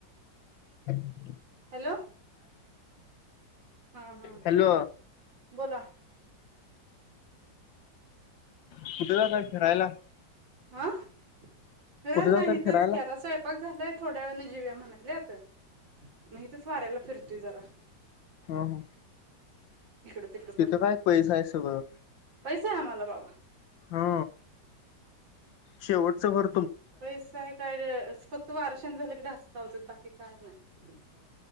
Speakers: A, on the left (about 80°); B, on the right (about 80°).
A: हम
B: हॅलो हा हा
A: हॅलो
B: बोला
A: कुठे जातंय फिरायला?
B: आ? फिरायला
A: कुठे जाताय
B: नाही इथेच
A: फिरायला
B: की आता स्वयंपाक झालाय थोड्या वेळानी जेवूया म्हणायल्यात नाई हितच वाऱ्याला फिरतुय जरा
A: ह-ह
B: इकडं तिकडं
A: तिथं
B: करतोय
A: काय पैसा हायं सगळं
B: पैसा हायं आमाला बाबा
A: हा शेवटचं भर
B: पैसा हायं काय <unintelligible> तू वार शांत झाल कि ढासं चावत्यात बाकी काय नाय